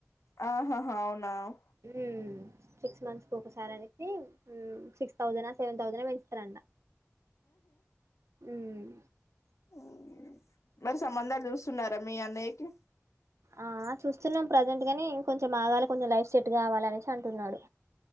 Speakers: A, on the left (about 80°); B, on the right (about 70°).
A: ఆహాహా అవున్ అవ్
B: ఉమ్ సిక్స్ మంత్స్ కు ఒకసారి అనేసి సిక్స్ థౌసండ్ సెవెన్ థౌసండ్ పెంచుతరాంటా ఉమ్
A: హ్మ్మ్ మరి సంబంధాలు చూస్తున్నారా మీ అన్నయ్యకి
B: ఆ చూస్తున్నాం ప్రజెంట్ గాని ఇన్ కొంచెం ఆగాలి కొంచెం లైఫ్ సెట్ కావాల అనేసి అంటున్నాడు.